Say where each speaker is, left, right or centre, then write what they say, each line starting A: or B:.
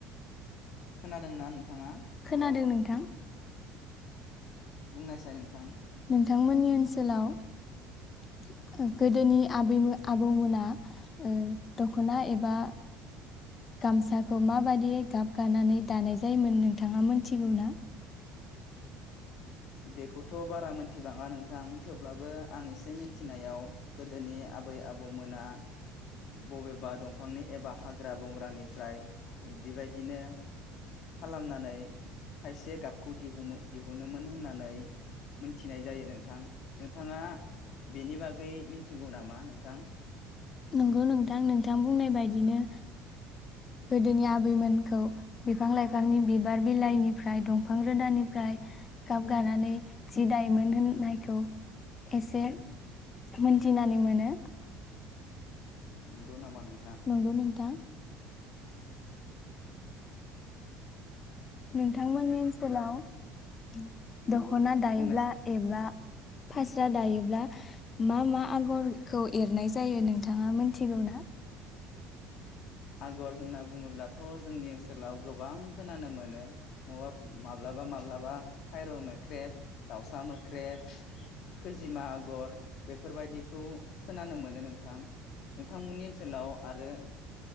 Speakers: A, on the left; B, on the left.
A: खोनादोंना नों नोंथाङा हेल'
B: खोनादों नोंथां
A: बुंनायसाय नोंथां
B: नोंथांमोननि ओनसोलाव गोदोनि आबै आबौमोना ओ दखना एबा गामसाखौ माबादियै गाब गानानै दानाय जायोमोन नोंथाङा मोनथिगौना
A: बेखौथ' बारा मोनथिबाङा नोंथां थेवब्लाबो आं एसे मिन्थिनायाव गोदोनि आबै आबौमोना बबेबा दंफांनि एबा हाग्रा बंग्रानिफ्राय बेबायदिनो खालामनानै खायसे गाबखौ दिहुमोन दिहुनोमोन होननानै होननानै मिथिनाय जायो नोंथां नोंथाङा बेनि बागै मिथिगौ नामा नोंथां
B: नंगौ नोंथां नोंथां बुंनाय बायदिनो गोदोनि आबैमोनखौ बिफां लाइफांनि बिबार बिलाइनिफ्राय दंफां रोदानिफ्राय गाब गानानै सि दायोमोन होननायखौ एसे मोनथिनानै मोनो
A: नोंगौ नामा नों
B: नंगौ नोंथां नों नोंथांमोननि ओनसोलाव
A: हेलौ
B: <unintelligible> दख'ना दायोब्ला
A: बुंनायसाय नोंथां
B: एबा फास्रा दायोब्ला मा मा आगरखौ एरनाय जायो नोंथाङा मोनथिगौ ना
A: आगर होनना बुङोब्लाथ' जोंनि ओनसोलाव गोबां खोनानो मोनो माबा माब्लाबा माब्लाबा फायर' मोख्रेब दाउसा मोख्रेब खैजिमा आगर बेफोरबायदिखौ खोनानो मोनो नोंथां नोंथांमोननि ओनसोलाव आरो